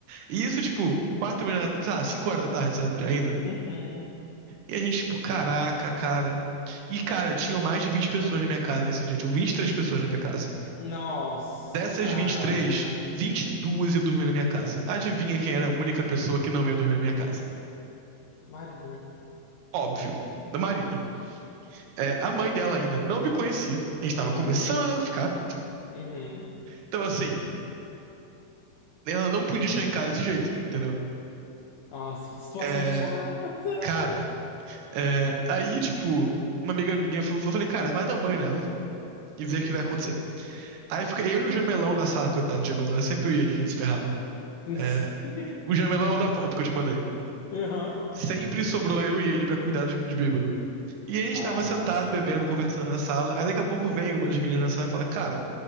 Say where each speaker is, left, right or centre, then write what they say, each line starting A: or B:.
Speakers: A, on the right (about 85°); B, on the left (about 70°).
A: E isso, tipo, quatro horas, tá, cinco horas da tarde, sabe, ainda.
B: Uhum.
A: E a gente, tipo, caraca, cara. E, cara, tinham mais de 20 pessoas na minha casa nesse dia, tinham 23 pessoas na minha casa.
B: Nossa,
A: Dessas
B: cara.
A: vinte vinte e três, vinte e duas ia dormir na minha casa. Adivinha quem era a única pessoa que não ia dormir na minha casa?
B: Marina.
A: Óbvio, da Marina. É, a mãe dela ainda não me conhecia. A gente tava começando a ficar.
B: Uhum.
A: Então, assim, ela não podia chegar em casa desse jeito, entendeu?
B: Nossa, que situação
A: É,
B: chata.
A: cara, é, aí, tipo, uma amiga minha falou, eu falei, cara, vai dar um banho nela e
B: Hum.
A: ver o que vai acontecer. Aí fica eu e o Jamelão na sala, coitado do Jamelão, era sempre eu e ele que a gente se ferrava.
B: <laughs>
A: É, o Jamelão é o da foto que eu te mandei.
B: Uhum.
A: Sempre sobrou eu e ele pra cuidar de, de bêbado. E aí a gente
B: Ai,
A: tava sentado,
B: nossa.
A: bebendo, conversando na sala. Aí daqui a pouco vem uma das meninas na sala e fala, cara,